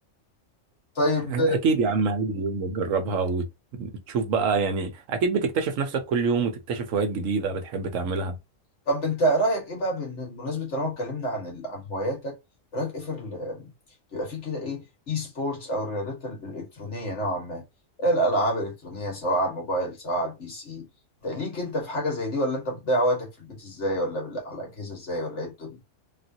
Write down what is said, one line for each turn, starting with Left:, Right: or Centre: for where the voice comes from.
Left: طيب
Right: اكيد يا عم هيجي يوم وتجربها وتشوف بقى يعني اكيد بتكتشف نفسك كل يوم وتكتشف هوايات جديدة بتحب تعملها
Left: طب انت رايك ايه بقى بن- بمناسبه طالما اتكلمنا عن ال... عن هواياتك رايك ايه في ال... بيبقى في كده ايه اي سبورتس او الرياضات ال- الالكترونيه نوعا ما إيه الالعاب الالكترونيه سواء على الموبايل سواء على البي سي انت ليك انت في حاجه زي دي ولا انت بتضيع وقتك في البيت ازاي ولا بال... على الاجهزه ازاي ولا ايه الدنيا